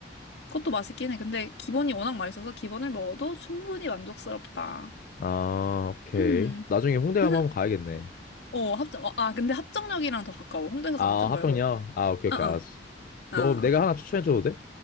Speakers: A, on the left; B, on the left.
A: 그것도 맛있긴 해. 근데 기본이 워낙 맛있어서 기본을 먹어도 충분히 만족스럽다.
B: 아, 오케이.
A: 음,
B: 나중에 홍대
A: <laughs>
B: 가면 한번 가야겠네.
A: 어, 합정, 어, 아, 근데 합정역이랑 더 가까워. 홍대에서
B: 아,
A: 가면 좀 멀고.
B: 합정역? 아, 오케이, 오케이,
A: 어, 어,
B: 알았어. 너
A: 어.
B: 그럼 내가 하나 추천해줘도 돼?